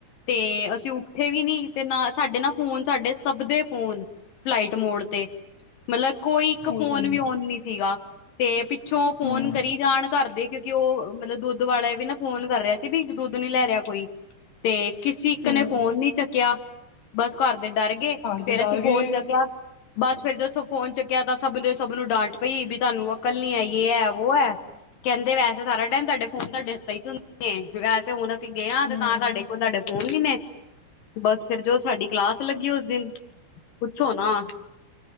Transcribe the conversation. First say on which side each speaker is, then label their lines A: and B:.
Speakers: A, on the left (about 65°); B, on the left (about 40°).
A: ਤੇ ਅਸੀਂ ਉੱਠੇ ਵੀ ਨੀ ਤੇ ਨਾ ਸਾਡੇ ਨਾ ਫੋਨ ਸਾਡੇ ਸਭ ਦੇ ਫੋਨ ਫਲਾਈਟ ਮੋਡ ਤੇ ਮਤਲਬ ਕੋਈ ਇੱਕ
B: ਓਏ
A: ਫੋਨ
B: ਹੋਏ
A: ਵੀ ਫੋਨ ਨੀ ਸੀਗਾ ਤੇ ਪਿੱਛੋਂ
B: ਹੂੰ-ਹੂੰ।
A: ਫੋਨ ਕਰੀ ਜਾਣ ਘਰ ਦੇ ਕਿਉਂਕਿ ਉਹ ਮਤਲਬ ਦੁੱਧ ਵਾਲਾ ਵੀ ਨਾ ਫੋਨ ਕਰ ਰਿਹਾ ਸੀ ਵੀ ਦੁੱਧ ਨੀ ਲੈ ਰਿਹਾ ਕੋਈ ਤੇ ਕਿਸੀ ਇੱਕ
B: ਘਰ
A: ਨੇ ਫੋਨ ਨੀ ਚੱਕਿਆ ਬਸ ਘਰ ਦੇ ਡਰ ਗਏ
B: ਦੇ
A: ਫੇਰ
B: ਡਰ
A: ਅਸੀਂ
B: ਗਏ
A: ਫੋਨ ਚੰਗਾ ਬਸ ਫੇਰ ਜਦੋ ਫੋਨ ਚੁੱਕਿਆ ਤਾਂ ਸਭ ਸ ਮੈਨੂੰ ਡਾਂਟ ਪਈ ਵੀ ਤੁਹਾਨੂੰ ਉਹ ਕੱਲ ਨੀ ਆਈਏ ਐ ਵੋ ਹੈ। ਕਹਿੰਦੇ ਵੈਸੇ ਸਾਰਾ ਟਾਈਮ ਤੁਹਾਡੇ ਫੋਨ ਤੁਹਾਡੇ ਵੈਸੇ ਹੁਣ ਅਸੀਂ ਗਏ
B: ਹੂੰ।
A: ਤੇ ਤਾਂ ਤੁਹਾਡੇ ਕੋਲ ਤੁਹਾਡੇ ਬੋਲ ਹੀ ਨੇ ਬਸ ਫਿਰ ਜੋ ਸਾਡੀ ਕਲਾਸ ਲੱਗੀ ਉਸ <unintelligible> ਛੋਣਾ।